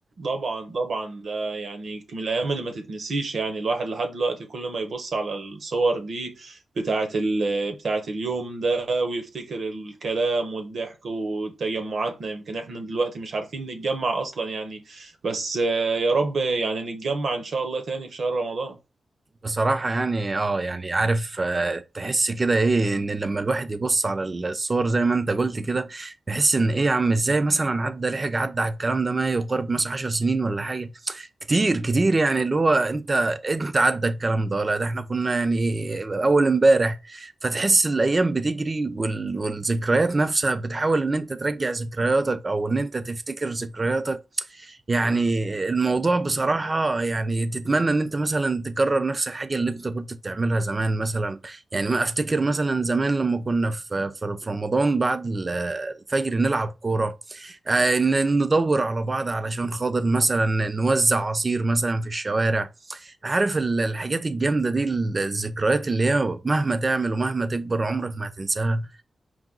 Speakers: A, on the right; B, on the right.
A: طبعا طبعا ده يعني من الايام اللي ما تتنسيش يعني الواحد لحد دلوقتي كل ما يبص على الصور دي بتاعه ال... بتاعه اليوم ده ويفتكر الكلام والضحك وتجمعاتنا يمكن احنا دلوقتي مش عارفين نتجمع اصلا يعني بس آه، يا رب يعني نتجمع ان شاء الله تاني في شهر رمضان
B: بصراحة يعني اه يعني عارف آه، تحس كده ايه ان لما الواحد يبص على الصور زي ما انت قلت كده بيحس ان ايه يا عم ازاي مثلا عدى لحق عدى على الكلام ده ما يقارب مثلا 10 سنين ولا حاجة كتير كتير يعني اللي هو انت انت عدى الكلام ده ولا ده احنا كنا يعني اول امبارح فتحس الايام بتجري وال... والذكريات نفسها بتحاول ان انت ترجع ذكرياتك او ان انت تفتكر ذكرياتك يعني الموضوع بصراحة يعني تتمنى ان انت مثلا تكرر نفس الحاجة اللي انت كنت بتعملها زمان مثلا يعني ما افتكر مثلا زمان لما كنا في في في رمضان بعد ال- الفجر نلعب كورة آه، ن- ندور على بعض علشان خاطر مثلا نوزع عصير مثلا في الشوارع عارف ال- الحاجات الجامدة دي ال- الذكريات اللي هي مهما تعمل ومهما تكبر عمرك ما هتنساها